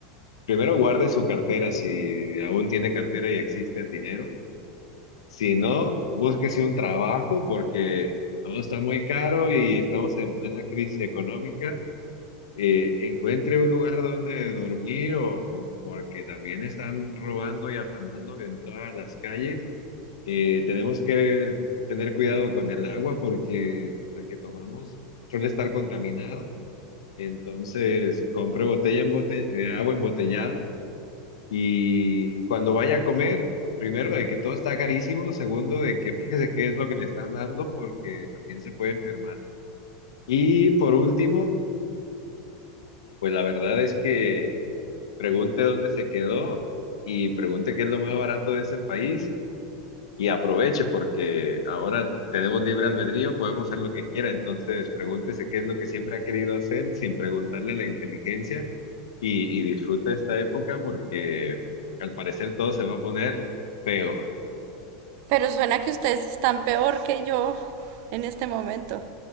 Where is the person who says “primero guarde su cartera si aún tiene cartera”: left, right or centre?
Left